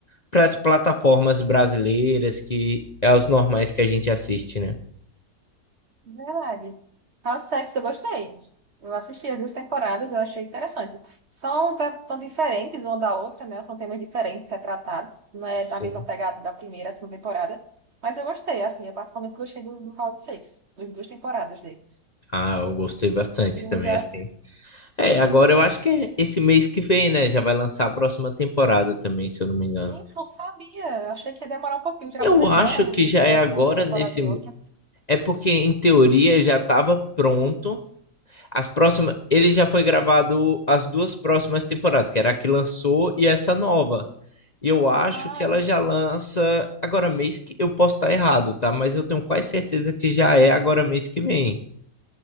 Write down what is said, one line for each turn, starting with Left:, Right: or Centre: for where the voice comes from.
Left: para as plataformas brasileiras que é os normais que a gente assiste, né?
Right: Verdade. House Sex, eu gostei. Eu assisti as duas temporadas, eu achei interessante. São tá- tão diferentes uma da outra, né? São temas diferentes retratados. Não é
Left: Sim.
Right: da mesma pegada da primeira, a segunda temporada. Mas eu gostei, assim, eu particularmente gostei do, do House Sex, das duas temporadas deles.
Left: Ah, eu gostei bastante
Right: se Tu
Left: também,
Right: já
Left: assim.
Right: viu?
Left: É, agora eu acho que é esse mês que vem, né? Já vai lançar a próxima temporada também, se eu não me engano.
Right: Gente, não sabia. Eu Achei que ia demorar um pouquinho. Geralmente
Left: Eu
Right: demora
Left: acho
Right: um-
Left: que
Right: entre
Left: já é
Right: uma
Left: agora
Right: uma temporada
Left: nesse.
Right: e outra.
Left: É porque, em teoria, já estava pronto As próximas, ele já foi gravado as duas próximas temporadas, que era a que lançou e essa nova. E eu acho
Right: Ah,
Left: que ela
Right: então.
Left: já lança agora mês que eu posso estar errado, tá? Mas eu tenho quase certeza que já é agora mês que vem,